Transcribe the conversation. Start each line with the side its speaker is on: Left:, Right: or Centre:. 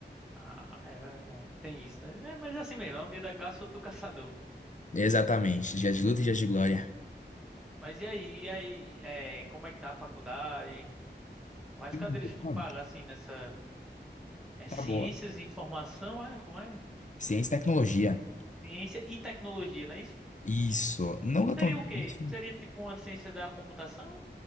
Centre: Ah, é verdade. Tem isso, né? É, mas assim mesmo, é um dia da caça, outro do caçador.
Left: Exatamente. Dias de luta e dias de glória.
Centre: Mas e aí, e aí, é, como é que tá a faculdade? Quais
Left: <laughs>
Centre: cadeiras tu
Left: Mano,
Centre: paga, assim, nessa... É
Left: Tá
Centre: ciências
Left: boa.
Centre: e informação, é? Como é?
Left: Ciência e tecnologia.
Centre: Ciência e tecnologia, não é isso?
Left: Isso. Não é tão
Centre: Seria
Left: difícil.
Centre: o quê? Seria tipo uma ciência da computação?